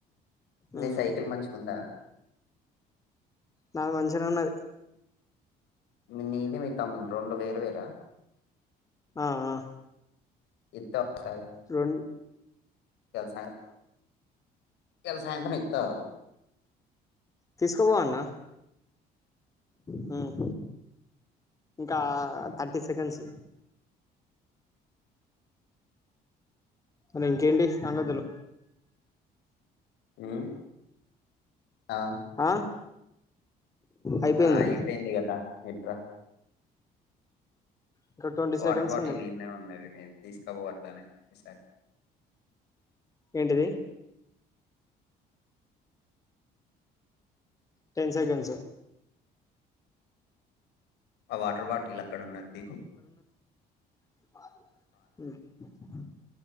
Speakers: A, on the left; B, on the left.
A: మీ
B: ఉమ్
A: సైకిల్ మంచిగ్ ఉందా
B: నాద్ మంచినే ఉన్నది
A: నీది మి తమ్ముంది రెండు వేరువేరా
B: ఆ ఆ
A: ఇత్త ఒకసారి
B: రన్
A: <unintelligible> ఎల సాయంత్రం ఇత్తావ
B: తీసుకోపోవన్న హ్మ్ ఇంకా థర్టీ సెకండ్స్ మల ఇంకేంటి సంగదులు
A: హ్మ్ ఆ
B: ఆ అయిపోయింది
A: ఆ అయిపెంది గదా ఇట్ర
B: ఇంకా ట్వంటీ
A: వాటర్
B: సెకండ్స్
A: బాటీల్
B: ఉన్నాయి
A: ఈన్నే ఉన్నది నీది తీస్కపో అట్లనే ఈసారి
B: ఏంటిది టెన్ సెకండ్స్
A: ఆ వాటర్ బాటిల్లు అక్కడ ఉన్నది పీకు
B: హ్మ్